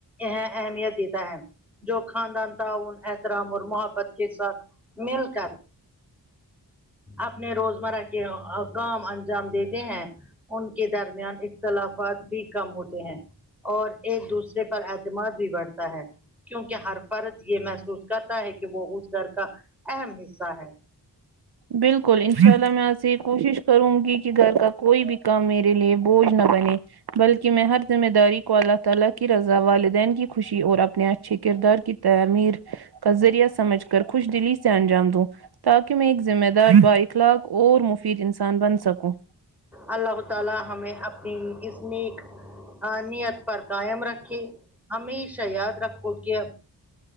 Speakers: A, in the centre; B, on the right.
A: اہمیت دیتا ہے جو خاندان تعاون احترام اور محبت کے ساتھ مل کر اپنے روزمرہ کے کام انجام دیتے ہیں ان کے درمیان اختلافات بھی کم ہوتے ہیں اور ایک دوسرے پر اعتماد بھی بڑھتا ہے کیونکہ ہر فرد یہ محسوس کرتا ہے کہ وہ اس گھر کا اہم حصہ ہے
B: بالکل ان شاء اللہ میں آپ سے یہ کوشش کروں گی کہ گھر کا کوئی بھی کام میرے لیے بوجھ نہ بنے بلکہ میں ہر ذمہ داری کو اللہ تعالی کی رضا والدین کی خوشی اور اپنے اچھے کردار کی تعمیر کا ذریعہ سمجھ کر خوش دلی سے انجام دوں تاکہ میں ایک ذمہ دار بائک کب اور مفید انسان بن سکوں
A: اللہ تعالی ہمیں اپنی اس نیک نیت پر قائم رکھے ہمیشہ یاد رکھو کہ